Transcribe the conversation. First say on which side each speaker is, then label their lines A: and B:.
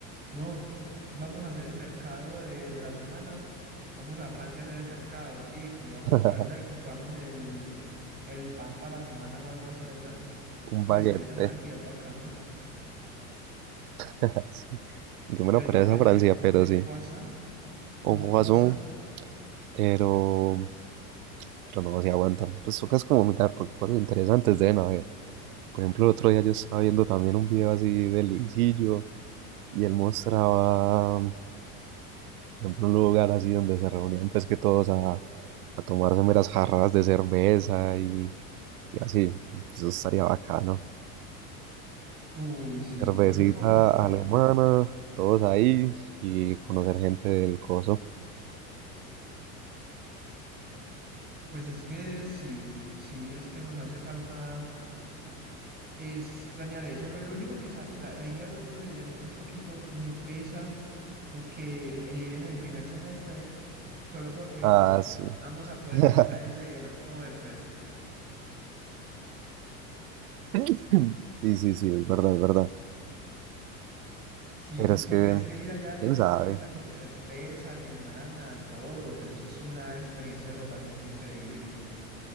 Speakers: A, on the right; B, on the right.
A: No, vamos a hacer el mercado de, de la semana. Vamos a Francia a hacer el mercado, Tiki. Vamos
B: <laughs>
A: por allá y compramos el, el pan para la semana o algo así allá.
B: un
A: Pues
B: baguette
A: sería también una actividad bacana.
B: <laughs> Yo me lo
A: El
B: parece
A: baguette,
B: a Francia,
A: el, el, croi-
B: pero
A: el
B: sí.
A: croissant,
B: Un
A: un
B: jugazo,
A: croissant.
B: pero, pero no se aguantan. Pues tocas como mirar, porque cosas interesantes deben haber. Por ejemplo, el otro día yo estaba viendo también un video así de Luisillo y él mostraba, por ejemplo, un lugar así donde se reunían pues que todos a, a tomarse meras jarras de cerveza y, y así. Pues, Eso estaría bacano.
A: Uy, sí.
B: Cervecita
A: Lo único que sí,
B: alemana, todos ahí y conocer gente del coso.
A: pues es que sí, sí, es que nos hace falta. es planear eso. Lo, lo único que sabe, ya ahí hablando de, de Alemania un poquito, me pesa el que el, el ir en el primer semestre, solo porque
B: Ah,
A: no
B: sí.
A: vamos a poder
B: <laughs>
A: disfrutar el, el Oktoberfest.
B: <laughs> Sí, sí, sí, es verdad, es verdad.
A: Sí,
B: Pero es
A: porque
B: que,
A: es que ir allá a toda
B: quién
A: esa
B: sabe.
A: fiesta con cerveza alemana, todo, eso es una experiencia totalmente increíble.